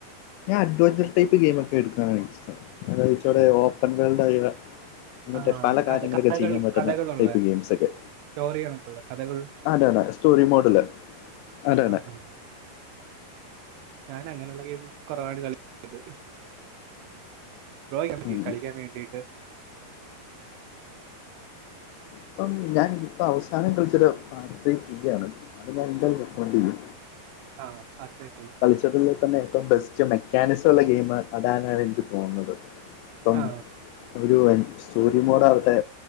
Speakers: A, on the left; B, on the right.
A: ഞാൻ അഡ്വഞ്ചർസ് ടൈപ്പ് ഗെയിം ഒക്കെ എടുക്കാനാണ് എനിക്ഇഷ്ടം അത് ച്ചോടെ
B: ഉം.
A: ഓപ്പൺ വേൾഡ് ആയ ഇങ്ങനത്തെ
B: ആ,
A: പല കാര്യങ്ങളൊക്കെ
B: കഥ- കഥകൾ
A: ചെയ്യാൻ പറ്റുന്ന
B: കഥകളുള്ള
A: ടൈപ്പ് ഗെയിംസ് ഒക്കെ
B: സ്റ്റോറി കണക്കുള്ള കഥകൾ
A: അതെ തെ സ്റ്റോറി മോഡല് അതെ
B: അഹ്
A: അതെ
B: അഹ് അഹ് ഞാൻ അങ്ങനെയുള്ള ഗെയിം കുറവ കളി അത് ബ്രോയിക്ക്
A: ഉം
B: കളിക്കാൻ വേണ്ടീട്ട്
A: ഇപ്പം ഞാൻ ഇപ്പ അവസാനം കളിച്ചത്‌ പാത്രി ചെയ്യുകയാണ് അത് ഞാൻ എന്തായാലും റെക്കമെൻറ് ചെയ്യും
B: ആഹ് ആഹ് <unintelligible>
A: ബെ തന്നെ ഏറ്റവും ബെസ്റ്റ് മെക്കാനിസം ഉള്ള ഗെയിം അതാണ് എനിക്ക് തോന്നുന്നത് ഇപ്പം
B: ആ
A: ഒരു സ്റ്റോറി മോഡാവട്ടെ